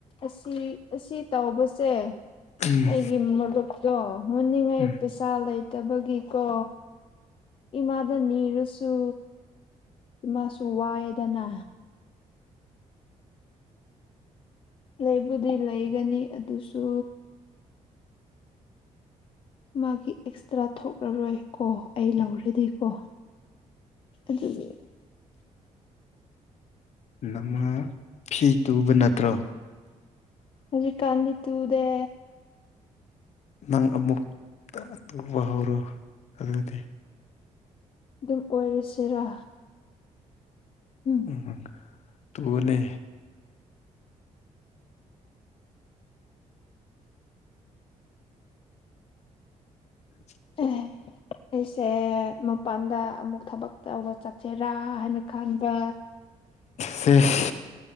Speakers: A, on the left; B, on the left.
A: ꯑꯁꯤ ꯑꯁꯤ ꯇꯧꯕꯁꯦ
B: ꯎꯝ
A: ꯑꯩꯒꯤ ꯃꯔꯨꯞꯇꯣ ꯍꯨꯟꯅꯤꯡꯉꯥꯏ
B: ꯎꯝ
A: ꯄꯩꯁꯥ ꯂꯩꯇꯕꯒꯤꯀꯣ ꯏꯃꯥꯗ ꯅꯤꯔꯁꯨ ꯏꯃꯥꯁꯨ ꯋꯥꯏꯌꯦꯗꯅ ꯂꯩꯕꯨꯗꯤ ꯂꯩꯒꯅꯤ ꯑꯗꯨꯁꯨ ꯃꯥꯒꯤ ꯑꯦꯛꯁꯇ꯭ꯔꯥ ꯊꯣꯛꯂꯔꯣꯏ ꯀꯣ ꯑꯩ ꯂꯧꯔꯗꯤꯀꯣ ꯑꯗꯨꯒꯤ
B: ꯅꯃꯥ ꯐꯤ ꯇꯨꯕ ꯅꯠꯇ꯭ꯔꯣ
A: ꯍꯧꯖꯤꯛꯀꯥꯟꯗꯤ ꯇꯨꯗꯦ
B: ꯅꯪ ꯑꯃꯨꯛꯇ ꯇꯨꯕ ꯍꯧꯔꯣ ꯑꯗꯨꯗꯤ
A: ꯑꯗꯨꯝ ꯑꯣꯏꯔꯁꯤꯔꯥ ꯎꯝ
B: ꯎꯝ ꯇꯨꯋꯣꯅꯦ <inaudible>
A: ꯑꯦ ꯑꯩꯁꯦ ꯃꯄꯥꯟꯗ ꯑꯃꯨꯛ ꯊꯕꯛ ꯇꯧꯕ ꯆꯠꯁꯦꯔꯥ ꯍꯥꯏꯅ ꯈꯥꯟꯕ
B: ꯁꯤꯁ